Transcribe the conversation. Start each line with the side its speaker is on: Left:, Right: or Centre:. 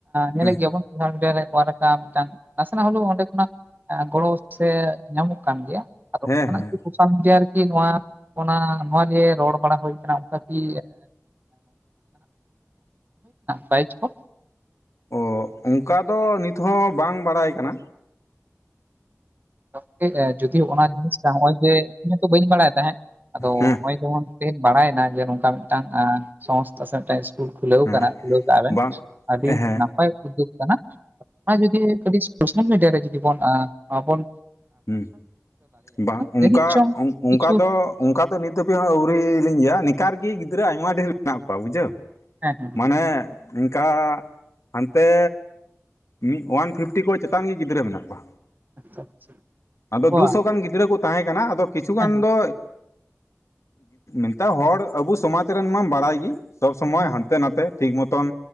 Right: ᱧᱮᱞᱮᱫ
Left: ᱦᱮᱸ
Right: ᱜᱤᱭᱟ ᱵᱚᱱ ᱥᱳᱥᱟᱞ ᱢᱤᱰᱤᱭᱟ ᱨᱮ ᱱᱚᱣᱟ ᱨᱮ ᱟᱨ ᱢᱮᱫᱴᱟᱝ ᱱᱟᱥᱮᱱᱟᱜ ᱦᱞᱳ ᱚᱸᱰᱮ ᱠᱷᱚᱱᱟᱜ ᱜᱚᱲᱚ ᱥᱮ ᱧᱟᱢᱚᱜ ᱠᱟᱱ ᱜᱮᱭᱟ ᱟᱫᱚ
Left: ᱦᱮᱸ
Right: ᱚᱱᱠᱟᱱᱟᱜ
Left: ᱦᱮᱸ
Right: ᱠᱤ ᱥᱳᱥᱟᱞ ᱢᱤᱰᱭᱟ ᱟᱨᱠᱤ ᱱᱚᱣᱟ ᱱᱚᱣᱟ ᱞᱤᱭᱮ ᱨᱚᱲ ᱵᱟᱲᱟ ᱦᱩᱭ ᱟᱠᱟᱱᱟ ᱚᱱᱠᱟ ᱠᱤ ᱵᱟᱭ ᱠᱚ <inaudible>
Left: ᱚ ᱚᱱᱠᱟ ᱫᱚ ᱱᱤᱛ ᱦᱚᱸ ᱵᱟᱝ ᱵᱟᱲᱟᱭ ᱠᱟᱱᱟ
Right: ᱜᱚᱢᱠᱮ ᱡᱩᱫᱤ ᱚᱱᱟ ᱡᱤᱱᱤᱥ ᱴᱟᱜ ᱱᱚᱜᱼᱚᱭ ᱡᱮ ᱤᱧ ᱦᱚᱛᱚ ᱵᱟᱹᱧ ᱵᱟᱲᱟᱭ ᱛᱟᱦᱮᱸᱫ ᱟᱫᱚ
Left: ᱦᱮᱸ
Right: ᱱᱚᱜᱼᱚᱭ ᱡᱮᱢᱚᱱ ᱛᱤᱦᱮᱭ ᱵᱟᱲᱟᱭᱱᱟ ᱡᱮ ᱱᱚᱝᱠᱟ ᱢᱤᱫᱴᱟᱝ ᱥᱚᱝᱥᱛᱷᱟ ᱥᱮ ᱢᱤᱫᱴᱟᱝ ᱠᱷᱩᱞᱟᱹᱣ
Left: ᱦᱮᱸ
Right: ᱠᱟᱱᱟ ᱠᱷᱩᱞᱟᱹᱣ ᱠᱟᱜᱟᱵᱮᱱ
Left: ᱵᱟᱝ
Right: ᱟᱹᱰᱤ
Left: ᱦᱮᱸ
Right: ᱱᱟᱯᱟᱭ ᱩᱫᱳᱜ ᱠᱟᱱᱟ ᱟᱨ ᱡᱩᱫᱤ ᱠᱟᱹᱴᱤᱡ ᱥᱳᱥᱟᱞ ᱢᱤᱰᱤᱭᱟ ᱨᱮ ᱡᱫᱤ ᱵᱚᱱ ᱟ ᱵᱟᱵᱚᱱ
Left: ᱦᱩᱸ ᱵᱟᱝ ᱚᱱᱠᱟ
Right: ᱡᱟᱹᱱᱤᱡ ᱪᱚᱝ
Left: ᱚᱜ
Right: ᱠᱤᱪᱷᱩ
Left: ᱚᱱᱠᱟ ᱫᱚ ᱚᱱᱠᱟ ᱫᱚ ᱱᱤᱛ ᱦᱟᱹᱵᱤᱡ ᱦᱚᱸ ᱟᱹᱣᱨᱤᱞᱤᱧ ᱜᱮᱭᱟ ᱱᱠᱟᱨᱜᱮ ᱜᱤᱫᱽᱨᱟᱹ ᱟᱭᱢᱟ ᱰᱷᱮᱨ ᱢᱮᱱᱟᱜ ᱠᱚᱣᱟ ᱵᱩᱡᱷᱟᱹᱣ
Right: ᱦᱮᱸ ᱦᱮᱸ
Left: ᱢᱟᱱᱮ ᱤᱱᱠᱟ ᱦᱟᱱᱛᱮ ᱢᱤᱫ ᱳᱣᱟᱱ ᱯᱷᱤᱯᱴᱤ ᱠᱷᱚᱱ ᱪᱮᱛᱟᱱ ᱜᱮ ᱜᱤᱫᱽᱨᱟᱹ ᱢᱮᱱᱟᱜ ᱠᱚᱣᱟ
Right: ᱟᱪᱪᱷᱟ ᱟᱪᱪᱷᱟ
Left: ᱟᱫᱚ
Right: ᱚ
Left: ᱫᱩᱥᱚ ᱜᱟᱱ ᱜᱤᱫᱽᱨᱟᱹ ᱠᱚ ᱛᱟᱦᱮᱸ ᱠᱟᱱᱟ ᱟᱫᱚ ᱠᱤᱪᱷᱩ
Right: ᱦᱮᱸ
Left: ᱜᱟᱱ
Right: ᱦᱮᱸ
Left: ᱫᱚ ᱤᱱᱠᱟ ᱦᱚᱲ ᱟᱵᱚ ᱥᱚᱢᱟᱡ ᱨᱮᱱ ᱢᱟᱢ ᱵᱟᱲᱟᱭ ᱜᱮ ᱥᱚᱵ ᱥᱚᱢᱚᱭ
Right: ᱦᱩᱸ,
Left: ᱦᱟᱱᱛᱮ ᱱᱟᱛᱮ ᱴᱷᱤᱠ ᱢᱚᱛᱚᱱ